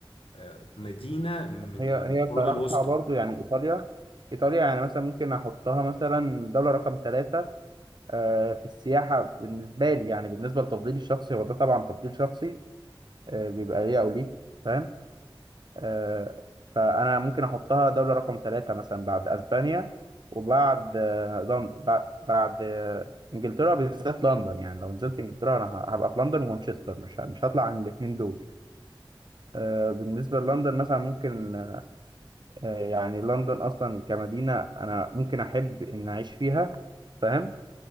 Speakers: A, on the left; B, on the right.
A: آه، مدينة من
B: هي
A: القرون
B: هي بصراحه
A: الوسطى
B: برضه يعني ايطاليا ايطاليا يعني مثلا ممكن احطها مثلا دوله رقم ثلاثة آه، في السياحة بالنسبة لي يعني بالنسبة لتفضيلي الشخصي هو ده طبعا تفضيل شخصي آه، بيبقى ليا أو ليك فاهم آه، فأنا ممكن أحطها دولة رقم ثلاثة مثلا بعد أسبانيا وبعد آه، لندن بعد, بعد آه، إنجلترا بالذات لندن يعني لو نزلت إنجلترا أنا ه- هبقى في لندن ومانشستر مش ه- مش هطلع عن الاتنين دول آه، بالنسبة للندن مثلا ممكن آه، يعني لندن أصلا كمدينة أنا ممكن أحب إن أعيش فيها فاهم